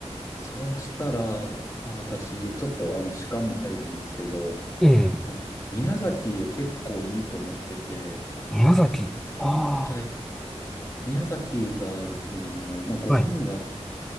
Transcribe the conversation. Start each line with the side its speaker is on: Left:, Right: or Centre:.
Left: そうしたら、まあ、私、ちょっと、あの、主観も入るんですけど、
Centre: ええ、
Left: あ、宮崎結構いいと思ってて、
Centre: 宮崎。あ
Left: はい。宮崎がですね、あの、まあ、ご飯が、
Centre: あ、はい。